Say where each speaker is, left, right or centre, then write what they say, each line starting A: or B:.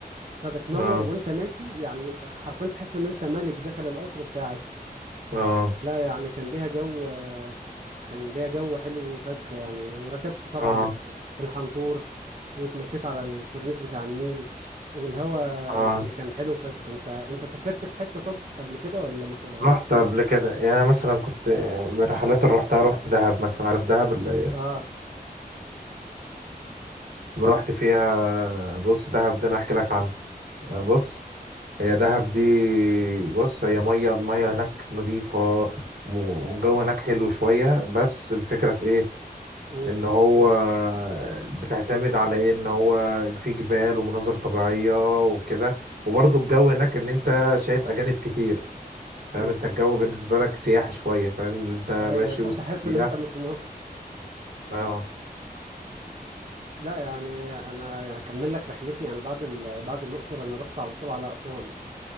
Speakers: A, on the right; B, on the right.
A: فبتنور
B: اه
A: وانت ماشي يعني حرفيا تحس ان انت ملك داخل القصر بتاعك
B: اه
A: لا يعني كان ليها جو كان ليها جو حلو فشخ يعني وركبت طبعا
B: اه
A: الحنطور واتمشيت على الكورنيش بتاع النيل والهوا
B: اه
A: يعني كان حلو فشخ انت انت سافرت في حتة طب قبل كده ولا ما ت- ما
B: رحت
A: فيش
B: قبل كده يعني انا مثلا كنت من الرحلات اللي رحتها رحت دهب مثلا عارف دهب اللي
A: اه
B: رحت فيها بص دهب ده انا احكي لك عنها آه، بص هي دهب دي بص هي ميه الميه هناك نظيفه والجو هناك حلو شويه بس الفكره في ايه
A: امم
B: ان هو بتعتمد على ايه ان هو في جبال ومناظر طبيعيه وكده وبرضه الجو هناك ان انت شايف اجانب كتير فاهم
A: امم
B: انت الجو بالنسبه لك سياحي شويه فاهم إن انت
A: ايوه
B: ماشي
A: ت-
B: وسط
A: تحس
B: سياح
A: ان انت مش في مصر
B: اه
A: لا يعني انا هكمل لك رحلتي انا بعد ال... بعد الاقصر انا رحت على طول على اسوان